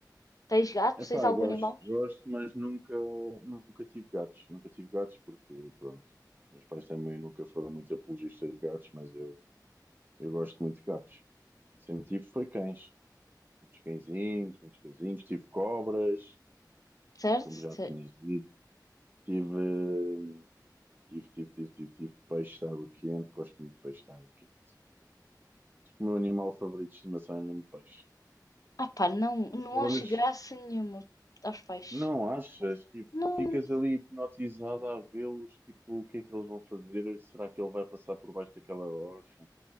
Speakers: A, on the left; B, on the right.
A: Tens gato?
B: Epá,
A: Tens
B: eu
A: algum
B: gosto,
A: animal?
B: gosto, mas nunca, nunca tive gatos. Nunca tive gatos porque, pronto, os meus pais também nunca foram muito apologistas de gatos, mas eu, eu gosto muito de gatos. Sempre tive foi cães. Muitos cãezinhos, muitos cãezinhos. Tive cobras,
A: Certo?
B: como já
A: Se-
B: tinhas dito. Tive. Tive, tive, tive, tive, tive peixe de água quente, gosto muito de peixe de água quente. Acho que o meu animal favorito de estimação é mesmo peixe.
A: Ah pá, não, não
B: As cobras,
A: acho graça nenhuma aos peixes.
B: não achas? Tipo,
A: Não.
B: ficas ali hipnotizado a vê-los, tipo, o que é que eles vão fazer? Será que ele vai passar por baixo daquela rocha?